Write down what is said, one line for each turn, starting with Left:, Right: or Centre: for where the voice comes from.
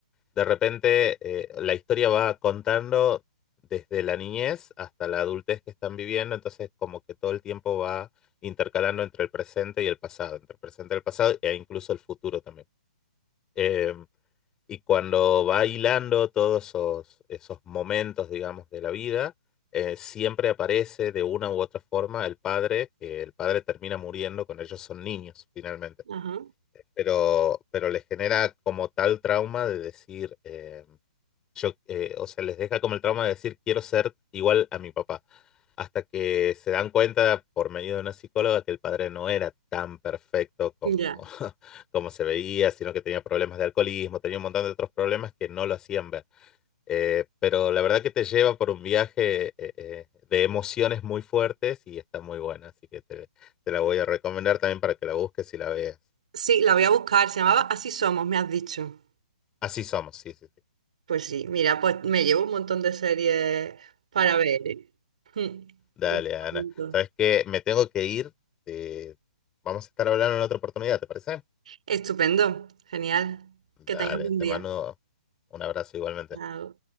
Left: de repente eh, la historia va contando desde la niñez hasta la adultez que están viviendo, entonces como que todo el tiempo va intercalando entre el presente y el pasado, entre el presente y el pasado e incluso el futuro también. Eh, y cuando va hilando todos esos, esos momentos, digamos, de la vida, eh, siempre aparece de una u otra forma el padre, que el padre termina muriendo con ellos, son niños finalmente,
Right: Ajá.
Left: pero, pero les genera como tal trauma de decir... eh, yo, eh, o sea, les deja como el trauma de decir quiero ser igual a mi papá, hasta que se dan cuenta por medio de una psicóloga que el padre no era tan perfecto como,
Right: Ya.
Left: <laughs> como se veía, sino que tenía problemas de alcoholismo, tenía un montón de otros problemas que no lo hacían ver. Eh, pero la verdad que te lleva por un viaje eh, eh, de emociones muy fuertes y está muy buena, así que te, te la voy a recomendar también para que la busques y la veas.
Right: Sí, la voy a buscar. Se llamaba Así Somos, me has dicho.
Left: Así somos, sí, sí, sí.
Right: Pues sí, mira, pues me llevo un montón de series para ver, ¿eh? Mm.
Left: Dale, Ana.
Right: Apunto.
Left: ¿Sabes qué? Me tengo que ir. eh, vamos a estar hablando en otra oportunidad, ¿te parece?
Right: Estupendo, genial.
Left: Dale,
Right: Que tengas buen
Left: te
Right: día.
Left: mando un abrazo igualmente.
Right: Chao.